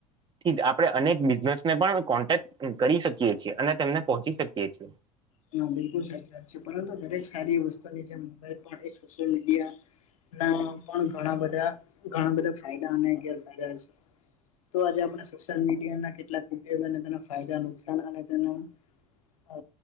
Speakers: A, on the right; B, on the left.
A: થી જ આપણે અનેક બિઝનેસને પણ કોન્ટેક્ટ કરી શકીયે છીએ અને તેમને પહોંચી શકીએ છીએ.
B: હ બિલકુલ સાચી વાત છે પરંતુ દરેક સારી વસ્તુની જે મોબાઈલ પણ એક સોશિયલ મીડિયા ના પણ ઘણા બધા ઘણા બધા ફાયદા અને ગેરફાયદા છે. તો આજે આપણે સોશિયલ મીડિયાના કેટલાક ઉપયોગ અને તેનો ફાયદા નુકસાન અને તેના અ